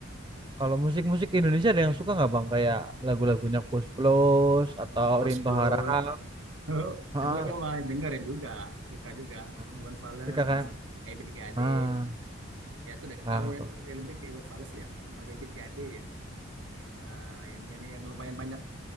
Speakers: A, on the right; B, on the right.
A: Kalau musik-musik Indonesia ada yang suka nggak bang? Kayak lagu-lagunya Koes Plus atau
B: Ghost
A: Rinto
B: Plus
A: Harahap.
B: <laughs>
A: Ah,
B: lagu-lagu mah dengerin juga suka juga
A: ah.
B: Iwan Fals
A: suka kan?
B: Ebit G Ade
A: Ah,
B: Ya itu deh.
A: ah,
B: Kalau
A: kok.
B: lebih ke Iwan Fals ya sama David Cade ya. Ah, yang yang yang lumayan banyak